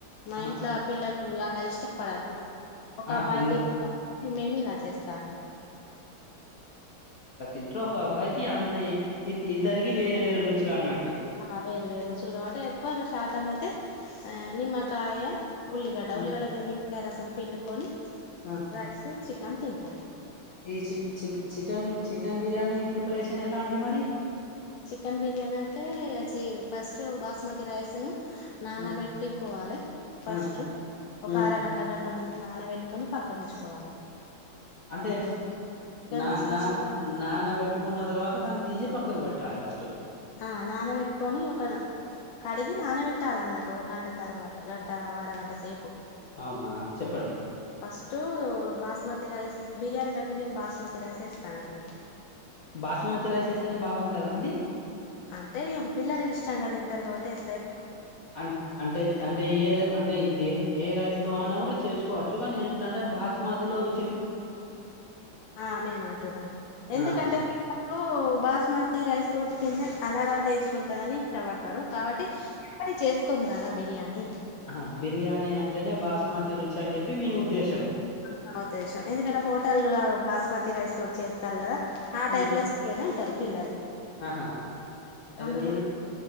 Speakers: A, on the left (about 70°); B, on the left (about 50°).
A: మా
B: ఆహా
A: ఇంట్లో పిల్లలు ఎలా ఇష్టపడరు ఒక
B: ఆహా
A: అబ్బాయి
B: పిల్ల
A: తిరిగి మేమి ఇలా చేస్తాము
B: ఇంట్లో ఒక అబ్బాయికి అన్న ఇద్ ఇద్దరికి వేర వేరు రు చులన్నట్
A: ఆ వేరు వేరు రుచులు కాబట్టి ఎక్కువ రు ష్ తాతమైతే ఆ నిమ్మకాయ ఉల్లిగడ్డ
B: ఆ
A: ఉల్లిగడ మీద నిమ్మకాయ సరం పిండుకొని
B: ఆ
A: రైసు చి <unintelligible> తింటారు
B: ఈ chick chick chicken chicken biryani preparation ఎలా అండి మరి
A: చికెన్ బిర్యానీ అంటే చి ఫస్ట్ బాస్మతి రైసును నానబెట్టికోవాలె
B: ఆ
A: ఫస్ట్
B: ఆ
A: ఒక
B: ఆ
A: అరగంట గంట ముందు నానబెట్టుకొని పక్కనుంచుకోవాలి
B: అంటే నా
A: తీసుకొచ్చిన
B: నా
A: తర్వాత
B: నానబెట్టుకున్న తర్వాత దాన్ని తీసి పక్ క్కకు పెట్టాలి ఫస్ట్
A: ఆ నానబెట్టుకొని ఒక కడిగి నానబెట్టాలన్నట్టు ఒక గంట తర్వా త గంట వరగంట సేపు
B: అవునా చెప్పండి
A: ఫస్ట్ బాస్మతి రైస్ బిర్యానీ కంటే నేను బాస్మతి రైసేస్తానండి
B: బాస్మతి రైస్ ఏస్తేనే బాగుంటదా అండి
A: అంటే ఇగ పిల్లలు ఇష్టంగ తింటారు కాబట్టి ఎస్
B: అం అంటే అంటే ఏ రైస్అంటే దేన్ ఏ రైస్ తోఅన్నా కూడా చేసుకోవచ్చు కానీ ఏంటిదంటే బాస్మతిలో రు
A: ఆ మేము అంటున్నాం ఎందుకంటే
B: ఆహా
A: పిల్లలు బాస్ స్మతిరైస్ తోటి తింటెఅలా టేస్ట్ ఉంటందని ఇష్టపడతారు కాబట్టి ఎప్పుటికి చేస్ కుం కదా బిర్యానీ
B: ఆ బిర్యానీ అంటేనే బాస్మతి రుచి అని చెప్పి మీ ఉద్దేశము
A: మా ఉద్దేశం ఎందుకంటే హోటల్ల బాస్ స్మతి రైస్ తోటి చేస్తారు కదా ఆ
B: ఉమ్
A: టైప్ లొ చెయ్యని అంటారు. పిల్లలు
B: ఆహా అయితే
A: అందు
B: మీరు
A: గురి